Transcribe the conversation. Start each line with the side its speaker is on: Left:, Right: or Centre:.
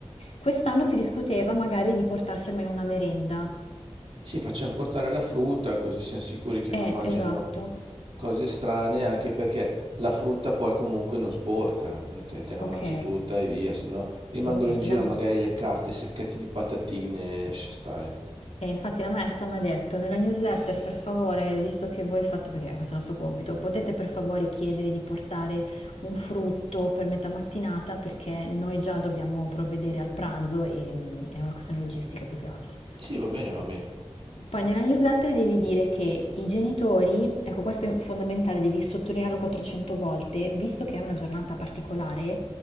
Left: Quest'anno si discuteva magari di portarsi almeno una merenda.
Right: Sì, facciamo portare la frutta così siamo sicuri che non
Left: Eh,
Right: mangiano
Left: esatto.
Right: cose strane, anche perché la frutta poi comunque non sporca, te, te- te la
Left: Ok,
Right: mangi tutta e via, se no rimangono
Left: ok.
Right: in giro
Left: La,
Right: magari le carte, i sacchetti di patatine, lascia stare.
Left: E infatti la maestra mi ha detto nella newsletter, per favore, visto che voi fate, perché questo è il nostro compito, potete per favore chiedere di portare un frutto per metà mattinata perché noi già dobbiamo provvedere al pranzo e mm, è una questione logistica più che altro.
Right: Sì, va bene, va bene.
Left: Poi nella newsletter devi dire che i genitori, ecco questo è fondamentale, devi sottolinearlo 400 volte, visto che è una giornata particolare,